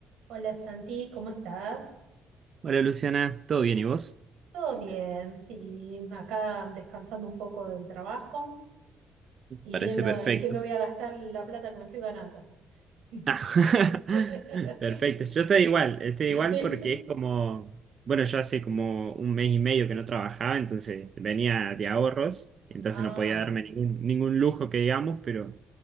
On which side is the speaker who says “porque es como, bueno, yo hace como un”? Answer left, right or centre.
Right